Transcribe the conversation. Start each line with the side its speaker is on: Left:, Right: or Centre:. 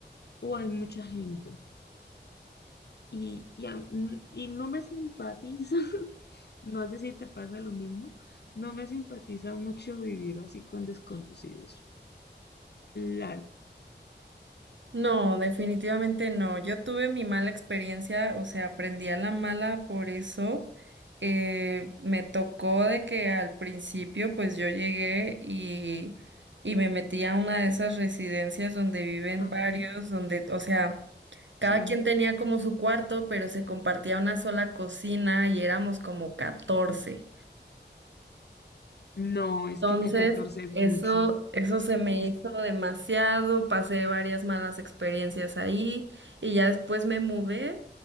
Left: o hay mucha gente. y, y, a- y no me simpatiza, <laughs> no sé si te pasa lo mismo, no me simpatiza mucho vivir así con desconocidos. claro
Right: No, definitivamente no. Yo tuve mi mala experiencia, o sea, aprendí a la mala por eso. Eh, me tocó de que al principio, pues yo llegué y, y me metí a una de esas residencias donde viven
Left: ajá,
Right: varios, donde, o sea, cada
Left: sí.
Right: quien tenía como su cuarto, pero se compartía una sola cocina y éramos como 14.
Left: No, es
Right: Entonces,
Left: que ya catorce es
Right: eso,
Left: mucho.
Right: eso se me
Left: Uf,
Right: hizo demasiado, pasé varias malas experiencias ahí y ya después me mudé,